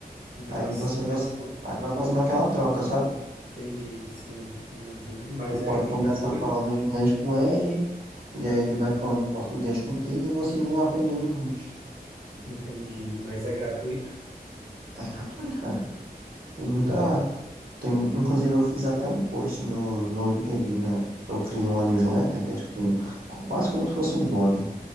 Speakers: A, on the right; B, on the right.
A: Ah,
B: Aí
A: sim.
B: você vai,
A: Ah,
B: se- aí vai fazendo aquela troca, sabe?
A: Entendi, sim. Uhum. Mas
B: Tu pode
A: é, é
B: começar
A: gratuito?
B: falando inglês com ele, e aí ele vai falando português contigo, e vocês vão aprendendo juntos.
A: Entendi. Mas é gratuito?
B: É gratuito, cara. Tem
A: Hum.
B: muita, Tem, mu- inclusive, eu fiz até um post no, no LinkedIn, né? Eu criei uma newsletter que é tipo um- co- quase como se fosse um blog.